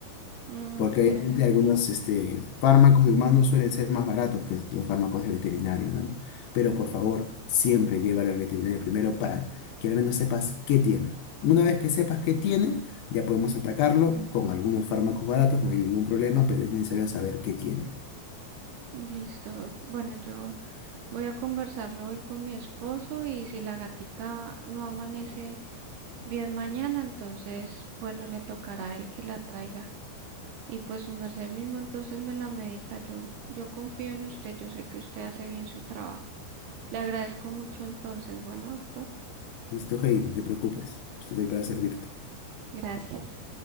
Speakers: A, on the right (about 70°); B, on the left (about 75°).
A: Mm,
B: porque
A: excelente.
B: obviamente algunos este, fármacos de humanos suelen ser más baratos que los fármacos de veterinario, ¿no? Pero por favor, siempre llévalo al veterinario primero para que al menos sepas qué tiene. Una vez que sepas qué tiene, ya podemos atacarlo con algunos fármacos baratos, no hay ningún problema, pero es necesario saber qué tiene.
A: Listo. Doc. Bueno, yo voy a conversarlo hoy con mi esposo y si la gatica no amanece bien mañana, entonces, bueno, le tocará a él que la traiga. Y pues su merced mismo entonces me la medica. Yo, yo confío en usted, yo sé que usted hace bien su trabajo. Le agradezco mucho entonces. Bueno, doctor,
B: Listo, Heidi, no te preocupes, estoy para servirte.
A: gracias.